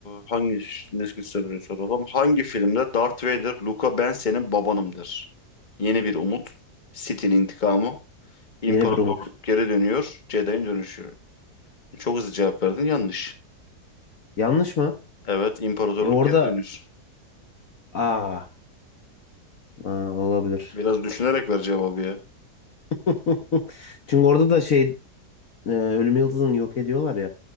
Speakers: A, on the left (about 30°); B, on the left (about 55°).
A: hangi nesli soruyu soralım? Hangi filmde Darth Vader, Luka ben senin babanım der? Yeni bir umut. Sith'in intikamı. İmparatorluk
B: yeni bir umut.
A: geri dönüyor. Jedi'in dönüşü. Çok hızlı cevap verdin. Yanlış.
B: Yanlış mı?
A: Evet, imparatorluk
B: E orada
A: geri dönüyor.
B: aa, aa, olabilir.
A: Biraz düşünerek ver cevabı ya.
B: <laughs> Çünkü orada da şey e, Ölüm Yıldızı'nı yok ediyorlar ya.